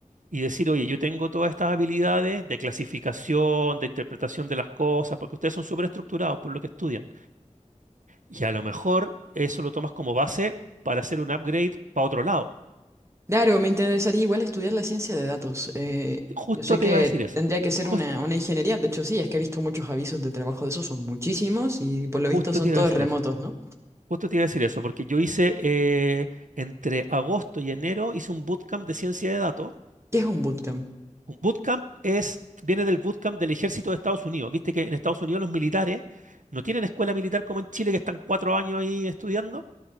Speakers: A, on the right; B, on the right.
A: y decir, oye, yo tengo todas estas habilidades de clasificación, de interpretación de las cosas, porque ustedes son súper estructurados por lo que estudian. Y a lo mejor eso lo tomas como base para hacer un upgrade para otro lado.
B: Claro, me interesaría igual estudiar la ciencia de datos. Eh,
A: Justo
B: yo sé que
A: te iba a decir eso.
B: tendría que ser
A: Jus-
B: una, una ingeniería, de hecho sí, es que he visto muchos avisos de trabajo de esos, son muchísimos y por lo
A: justo
B: visto son
A: te iba
B: todos
A: a decir
B: remotos,
A: eso.
B: ¿no?
A: Justo te iba a decir eso, porque yo hice eh, entre agosto y enero hice un bootcamp de ciencia de datos.
B: ¿Qué es un bootcamp?
A: Un bootcamp es, viene del bootcamp del ejército de Estados Unidos. Viste que en Estados Unidos los militares no tienen escuela militar como en Chile, que están cuatro años ahí estudiando,